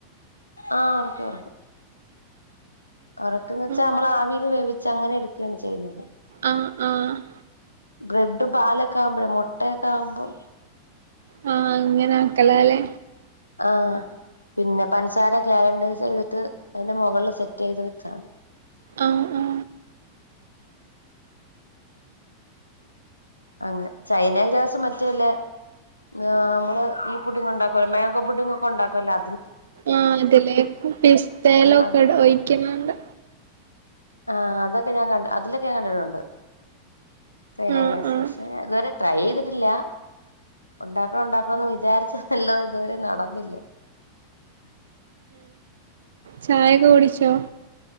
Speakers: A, on the left (about 85°); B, on the right (about 65°).
A: ആ ഉറയ്ക്കു ഉറയ്ക്കും. ഉറയ്ക്കു വെന്ന് വെച്ചാൽ
B: ആഹ്
A: നമ്മള് ആവിയില് വേവി ച്ചങ്ങനെയെടുക്കു ആണ് ചെയ്യുന്നത്.
B: ആ ആ
A: ബ്രഡ് പാലെക്കെ ആകുമ്പളേ മൊട്ട ക്കാവുമ്പം
B: ആ അങ്ങനാക്കലല്ലേ
A: ആ പിന്നെ പഞ്ചസാര ക്യാരമലൈസ് ചെയ്തിട്ട് അതിന്റെ മുകളില് സെറ്റ് ചെയ്ത് വെച്ച ആണ്.
B: ആ ആ
A: അങ്ങ് ചൈനാഗ്രാസ് മറ്റേ ഇല്ലേ ആ നമ്മൾ ഈ പുഡിങ്ങ് ഒക്കെ ഒണ്ടാക്കുവല്ലോ മാഗോ പുഡിങ്ങ് ഒക്കെ ഒണ്ടാക്കുമല്ലേ?
B: ആ അതേല്ലേ പിസ്തയിലൊക്കെ
A: അത്
B: ഒഴിക്കുന്നുണ്ട്.
A: ആ അതെക്കെ ഞാൻ കണ്ട് അതില് ഞാൻ കണ്ടിട്ടുണ്ട് ചൈനാഗ്രാസ്
B: ആഹ് ആഹ്
A: പക്ഷേ ഇതുവരെ ട്രൈ ചെയ്തിട്ടില്ല ഒണ്ടാക്കണം ഒണ്ടാക്കണമെന്ന് വിചാരിച്ചതല്ലാതെ ഇതുവരെ നടന്നില്ല.
B: ചായയൊക്കെ കുടിച്ചോ?